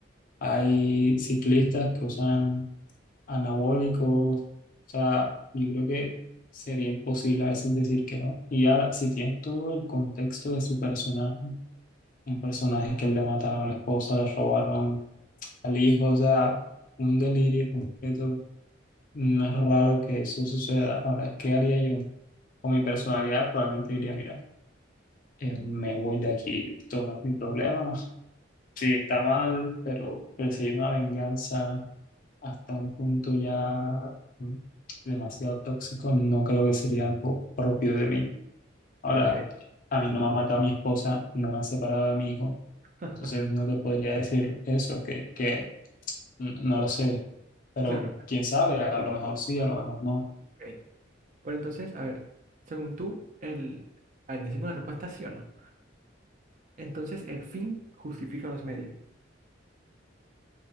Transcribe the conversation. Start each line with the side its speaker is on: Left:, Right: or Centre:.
Left: Hay ciclistas que usan anabólicos. O sea, yo creo que sería imposible a veces decir que no. Y ahora, si tienes todo el contexto de su personaje, un personaje que le mataron a la esposa, le robaron al hijo, o sea, un delirio completo. No es raro que eso suceda. Ahora, ¿qué haría yo? Con mi personalidad probablemente diría, mira, eh, me voy de aquí, esto no es mi problema. Sí, está mal, pero perseguir una venganza hasta un punto ya mm, demasiado tóxico no creo que sería algo propio de mí. Ahora,
Right: sí. Ok,
Left: a mí no me han matado a mi esposa, no me han separado de mi hijo,
Right: ok. <laughs>
Left: entonces no te podría decir eso, que, que N- No lo sé, pero
Right: Claro,
Left: quién sabe, a lo mejor sí, a lo mejor no.
Right: ok. Pero entonces, a ver, según tú, el... A ver, necesito una respuesta sí o no. Entonces, ¿el fin justifica los medios?